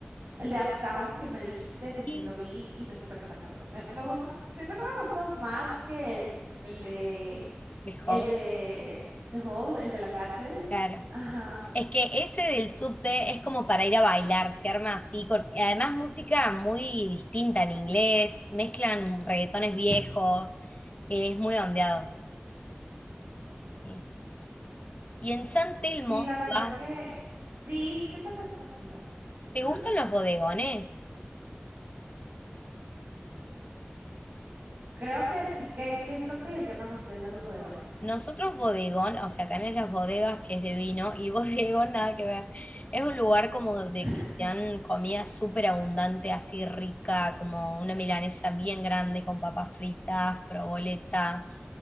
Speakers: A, on the right; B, on the left.
A: el de Uptown que me dijiste, eso sí,
B: Sí.
A: lo vi y me súper encantó. Me, me gustó, siento que me gustó más que el, el de
B: Dejó,
A: el de The Hold, el de la cárcel.
B: claro.
A: Ajá.
B: Es que ese del subte es como para ir a bailar, se arma así, con, además música muy distinta en inglés, mezclan reggaetones viejos, eh, es muy ondeado. sí. Y en San Telmo,
A: Sí, la
B: si
A: verdad
B: vas,
A: que sí, siento que es más mi vibe.
B: ¿te
A: Ajá.
B: gustan los bodegones?
A: Creo que sí que, ¿qué es lo que le llaman ustedes a los bodegones?
B: Nosotros bodegón, o sea, también las bodegas que es de vino y <laughs> bodegón nada que ver. Es un lugar como de
A: <laughs>
B: que te dan comida súper abundante, así rica, como una milanesa bien grande con papas fritas, proboleta.